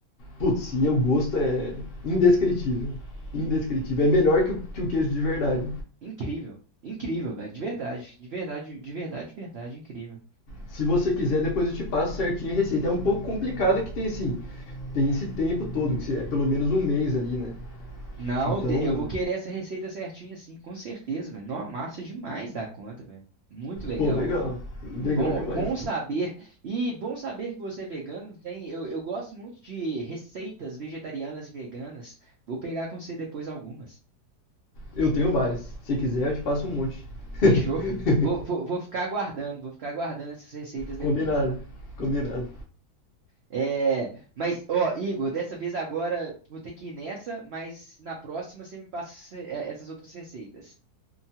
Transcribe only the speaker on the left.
Putz, e o gosto é indescritível. Indescritível. É melhor que o, que o queijo de verdade.
Se você quiser, depois eu te passo certinho a receita. É um pouco complicada que tem assim, tem esse tempo todo, que é pelo menos um mês ali, né?
Então,
Pô, legal. Legal
demais.
Eu tenho várias. Se quiser, eu te passo um monte. <laughs>
Combinado. Combinado.